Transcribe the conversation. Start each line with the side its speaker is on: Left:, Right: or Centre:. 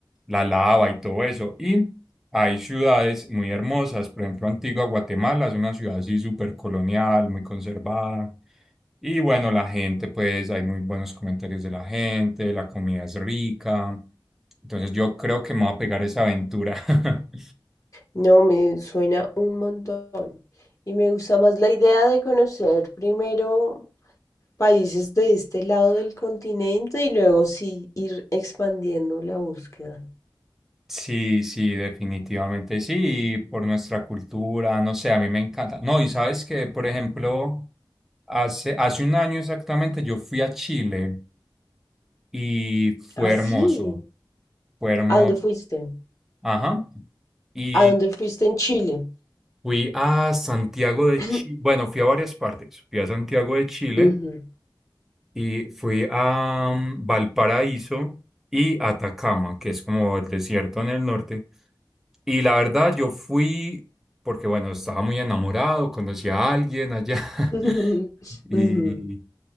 Centre: la lava y todo eso. Y hay ciudades muy hermosas, por ejemplo, Antigua Guatemala es una ciudad así súper colonial, muy conservada. Y bueno, la gente, pues hay muy buenos comentarios de la gente, la comida es rica. Entonces yo creo que me voy a pegar esa aventura. <laughs>
Left: No, me suena un montón. Y me gusta más la idea de conocer primero países de este lado del continente y luego sí ir expandiendo la búsqueda.
Centre: Sí, sí, definitivamente sí, y por nuestra cultura, no sé, a mí me encanta. No, y sabes que, por ejemplo, hace, hace un año exactamente yo fui a Chile y fue
Left: Ah, sí.
Centre: hermoso, fue hermoso,
Left: ¿A dónde fuiste?
Centre: ajá, y
Left: ¿A dónde fuiste en Chile?
Centre: fui a Santiago de
Left: <clears throat>
Centre: Chile, bueno, fui a varias partes, fui a Santiago de Chile
Left: Ujú.
Centre: y fui a mm, Valparaíso y Atacama, que es como el desierto en el norte. Y la verdad, yo fui porque, bueno, estaba muy enamorado, conocí a alguien allá <laughs>
Left: <laughs>
Centre: y,
Left: Ujú.